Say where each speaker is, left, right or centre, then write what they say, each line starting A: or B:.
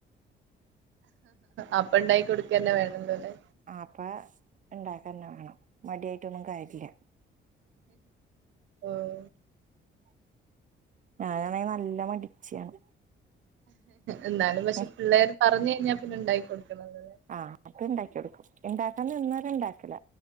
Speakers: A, on the right; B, on the right.
A: അപ്പ ഉണ്ടായി കൊടുക്കന്നെ വേണല്ലോല്ലെ
B: ആഹ് അപ്പ ഉണ്ടാക്കന്നെ വേണം മടിയായിട്ടൊന്നും കാര്യല്ല
A: ഓഹ്
B: ഞാനാണ നല്ല മടിച്ചാണ്
A: എന്നാലും പക്ഷെ
B: ഉം
A: പിള്ളേർ പറഞ്ഞു കഴിഞ്ഞാൽ പിന്നെ ഉണ്ടാക്കി കൊടുക്കണം എന്നല്ലേ
B: ആഹ് അത് ഇണ്ടാക്കി കൊടുക്കും ഇണ്ടാക്കാൻ നിന്നാലും ഉണ്ടാക്കല